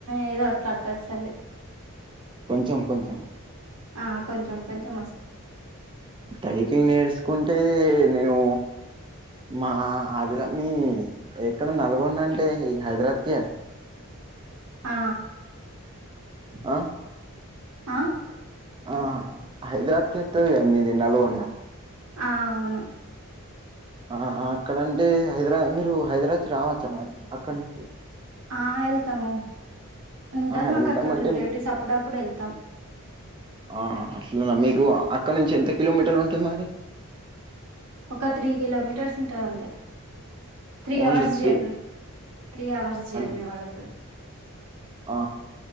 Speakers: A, on the right; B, on the right.
A: ఏదో అట్లట్ట వస్తది
B: కొంచెం కొంచెం
A: ఆ కొంచెం కొంచెం
B: టైపింగ్ నేర్సుకుంటే నేను మా అదిరా మీ ఎక్కడ నల్గొండంటే ఈ హైదరద్కే
A: ఆ
B: ఆ
A: ఆ
B: ఆ హైదరాద్కే ఒత్తది ఎ మీది నల్గొండ
A: ఆ అవును
B: ఆహా అక్కడంటే హైదరా మీరు హైదరాచ్ రావచ్చా మరి అక్కడి నుంచి
A: ఆ ఎళ్తము ఉంటారు
B: ఆ
A: మాకక్కడ
B: వెళ్తామంటే
A: రిలేటివ్స్ అప్పుడప్పుడెళ్తం
B: ఆ అట్లన మీకు అక్కడ నుంచి ఎంత కిలోమీటర్ ఉంటుంది మరి
A: ఒక త్రీ కిలోమీటర్స్ ఉంటదంతే three
B: only
A: hours
B: three
A: journey three hours జర్నీ
B: అ
A: వడతది
B: ఆ